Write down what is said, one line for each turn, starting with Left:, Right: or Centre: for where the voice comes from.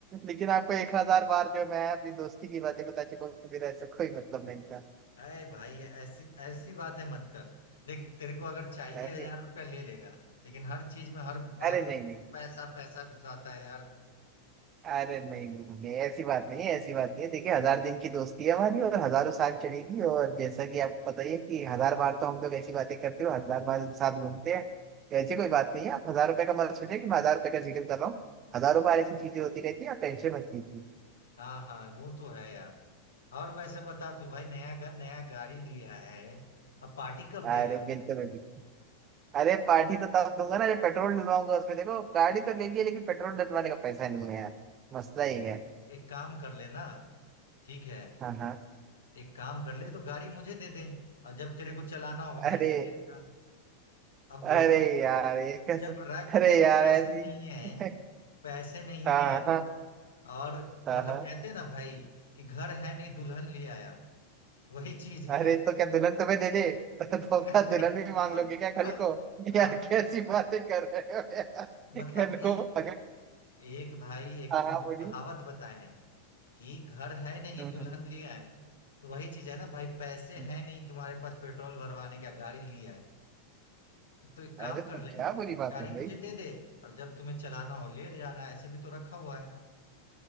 Right: लेकिन आपको एक हजार बार जो मैं अपनी दोस्ती की बातें बता चुका हूँ कि मेरा ऐसा कोई मतलब नहीं था
Left: अरे भाई ऐसी ऐसी बातें मत कर देख तेरे को अगर चाहिए
Right: अरे
Left: हजार रुपया ले लेगा लेकिन हर चीज में हर बात
Right: अरे नहीं
Left: में
Right: नहीं
Left: पैसा पैसा घुसाता है यार
Right: अरे नहीं नहीं नहीं ऐसी बात नहीं है ऐसी बात नहीं है देखिए हजार दिन की दोस्ती है हमारी और हजारों साल चलेगी और जैसा कि आपको पता ही है कि हजार बार तो हम लोग ऐसी बातें करते हो हजार बार साथ घूमते हैं तो ऐसी कोई बात नहीं है आप हजार रुपए का मत सोचिए कि मैं हजार रुपए का जिक्र कर रहा हूँ हजारों बार ऐसी चीजें होती रहती है आप टेंशन मत लीजिए
Left: हाँ हाँ वो तो है यार और वैसे बता तू भाई नया घर नया गाड़ी लिया है अब पार्टी कब देगा
Right: अरे बिल्कुल बिल्कुल अरे पार्टी तो तब दूंगा ना जब पेट्रोल डलवाऊंगा उसमें देखो गाड़ी तो ले लिया लेकिन पेट्रोल डलवाने का पैसा नहीं है यार मसला ही है
Left: तो एक काम कर ले ना ठीक है
Right: हाँ हाँ
Left: एक काम कर ले तो गाड़ी मुझे दे दे और जब तेरे को चलाना होगा मेरे
Right: अरे
Left: से ले लेगा अब बोल
Right: अरे यार ये कसम
Left: जब रख
Right: अरे
Left: के
Right: यार
Left: पैसे
Right: ऐसी
Left: नहीं है
Right: <laughs>
Left: पैसे नहीं
Right: हाँ
Left: है
Right: हाँ
Left: और
Right: हाँ
Left: मतलब
Right: हाँ
Left: कहते हैं ना भाई कि घर है नहीं दुल्हन ले आया वही चीज
Right: अरे
Left: है
Right: तो क्या दुल्हन तुम्हें दे दे <laughs> तो तोहफा
Left: <laughs> अरे,
Right: दुल्हन भी मांग
Left: तो,
Right: लोगे क्या
Left: हाँ,
Right: कल को यार
Left: अपने
Right: कैसी
Left: जो
Right: बातें कर रहे हो यार
Left: मतलब
Right: कल
Left: एक
Right: को अगर
Left: एक भाई एक
Right: हाँ
Left: तुमको
Right: हाँ बोलिए
Left: कहावत बताए हैं कि घर है नहीं
Right: हम्म,
Left: दुल्हन
Right: हम्म,
Left: लिया है तो वही चीज है ना भाई पैसे
Right: हम्म।
Left: है नहीं तुम्हारे पास पेट्रोल भरवाने का गाड़ी लिया है तो एक काम
Right: अरे
Left: कर
Right: तो
Left: ले
Right: क्या बुरी बात
Left: गाड़ी
Right: है
Left: मुझे
Right: भाई
Left: दे दे और जब तुम्हें चलाना हो ले जाना ऐसे भी तो रखा हुआ है